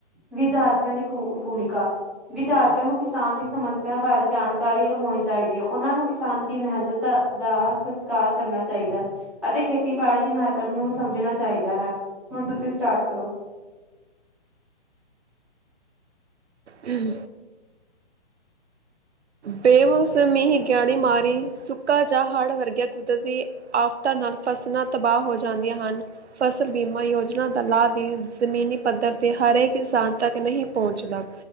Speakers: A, in the centre; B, on the right.
A: ਵਿਦਿਆਰਥੀਆਂ ਦੀ ਭੂ ਭੂਮਿਕਾ। ਵਿਦਿਆਰਥੀਆਂ ਨੂੰ ਕਿਸਾਨ ਦੀ ਸਮੱਸਿਆ ਬਾਰੇ ਜਾਣਕਾਰੀ ਹੋਣੀ ਚਾਹੀਦੀ ਹੈ। ਉਹਨਾਂ ਨੂੰ ਕਿਸਾਨ ਦੀ ਮਿਹਨਤ- ਦ ਦਾ ਸਤਿਕਾਰ ਕਰਨਾ ਚਾਹੀਦਾ। ਅਤੇ ਖੇਤੀਬਾੜੀ ਦੇ ਮਹੱਤਵ ਨੂੰ ਸਮਝਣਾ ਚਾਹੀਦਾ ਹੈ, ਹੁਣ ਤੁਸੀਂ ਸਟਾਰਟ ਕਰੋ।
B: ਹਮ ਬੇਮੋਸਮੀੀ ਗਿਆੜੀ ਮਾਰੀ ਸੁੱਕਾ ਜਾ ਹੜ੍ਹ ਵਰਗਿਆ ਕੁਦਰਤੀ ਆਫ਼ਤਾਂ ਨਾਲ ਫਸਲਾਂ ਤਬਾਹ ਹੋ ਜਾਂਦੀਆਂ ਹਨ। ਫਸਲ ਬੀਮਾ ਯੋਜਨਾ ਦਾ ਲਾਭ ਵੀ ਜ਼ਮੀਨੀ ਪੱਧਰ ਤੇ ਹਰੇਕ ਇਨਸਾਨ ਤੱਕ ਨਹੀਂ ਪਹੁੰਚਦਾ।